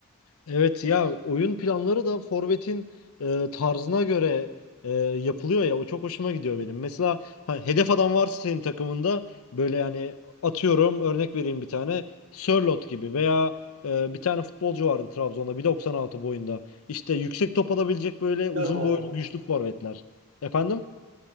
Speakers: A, on the left; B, on the right.
A: Evet ya oyun planları da forvetin e, tarzına göre e, yapılıyor ya o çok hoşuma gidiyor benim. Mesela ha, hedef adam varsa senin takımında böyle yani atıyorum örnek vereyim bir tane Sörloth gibi veya e, bir tane futbolcu vardı Trabzon'da 1.96 boyunda. İşte yüksek top alabilecek böyle
B: Biliyorum
A: uzun
B: o
A: boylu
B: adamı.
A: güçlü forvetler. Efendim?